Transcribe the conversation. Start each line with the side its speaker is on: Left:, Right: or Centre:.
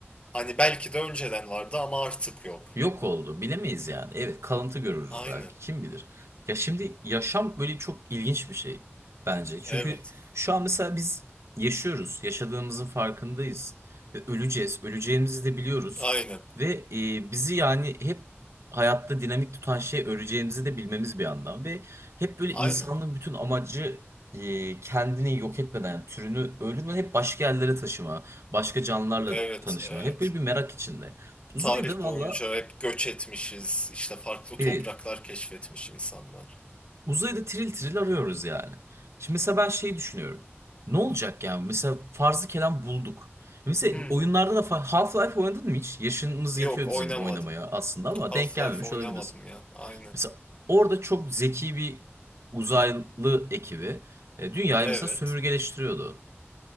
Left: Hani belki de önceden vardı ama artık yok.
Right: Yok oldu. Bilemeyiz yani. Evet, kalıntı görürüz
Left: Aynen.
Right: belki. Kim bilir? Ya şimdi yaşam böyle çok ilginç bir şey bence. Çünkü
Left: Evet.
Right: şu an mesela biz yaşıyoruz. Yaşadığımızın farkındayız. Ve öleceğiz. Öleceğimizi de biliyoruz.
Left: Aynen.
Right: Ve e, bizi yani hep hayatta dinamik tutan şey öleceğimizi de bilmemiz bir yandan. Ve hep böyle
Left: Aynen.
Right: insanlığın bütün amacı e, kendini yok etmeden, yani türünü öldürmeden hep başka yerlere taşıma, başka canlılarla
Left: Evet.
Right: tanışma.
Left: Evet.
Right: Hep böyle bir merak içinde. Uzayda
Left: tarih
Right: valla
Left: boyunca hep göç etmişiz. İşte farklı
Right: Evet.
Left: topraklar keşfetmiş insanlar.
Right: Uzayda tril tril arıyoruz yani. Şimdi mesela ben şey düşünüyorum. Ne olacak yani? Mesela farzı kelam bulduk. Mesela
Left: Hı.
Right: oyunlarda da fa- Half-Life oynadın mı hiç? Yaşımız
Left: Yok
Right: yetiyor bizim
Left: oynamadım.
Right: oynamaya aslında ama
Left: Half-Life
Right: denk gelmemiş
Left: oynamadım
Right: olabiliriz.
Left: ya. Aynen.
Right: Mesela orada çok zeki bir uzaylı ekibi e, dünyayı
Left: Evet.
Right: mesela sömürgeleştiriyordu.